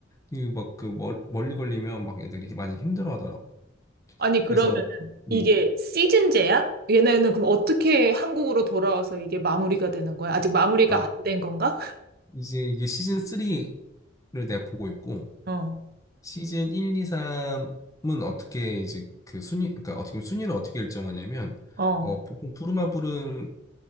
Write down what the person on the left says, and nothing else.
이막그 멀리 걸리면 막 애들이 많이 힘들어 하더라고.
그래서
음.
아,
이제 이게 시즌 3를 내가 보고 있고
시즌 1, 2, 3은 어떻게 이제 그 순위 그러니까 어떻게 보면 순위를 어떻게 일정하냐면
어 보통 부루마블은